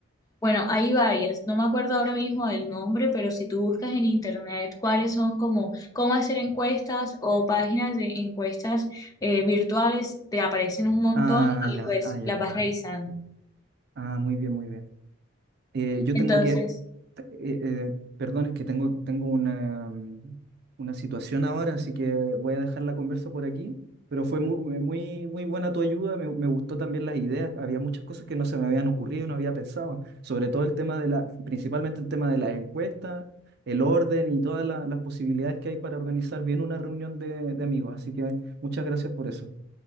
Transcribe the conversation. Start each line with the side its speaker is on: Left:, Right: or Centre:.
Left: Bueno, hay varias, no me acuerdo ahora mismo del nombre, pero si tú buscas en internet cuáles son como cómo hacer encuestas o páginas de encuestas eh, virtuales, te aparecen un montón
Right: Ah, ya,
Left: y pues
Right: ah, ya,
Left: las vas
Right: ya.
Left: revisando.
Right: Ah, muy bien, muy bien. Eh, yo
Left: Entonces,
Right: tengo que eh, eh, perdón, es que tengo, tengo una, mm, una situación ahora, así que voy a dejar la conversa por aquí. Pero fue muy muy, muy, buena tu ayuda, me, me gustó también las ideas. Había muchas cosas que no se me habían ocurrido, no había pensado. Sobre todo el tema de la, principalmente el tema de las encuestas, el orden y todas la- las posibilidades que hay para organizar bien una reunión de, de amigos. Así que muchas gracias por eso.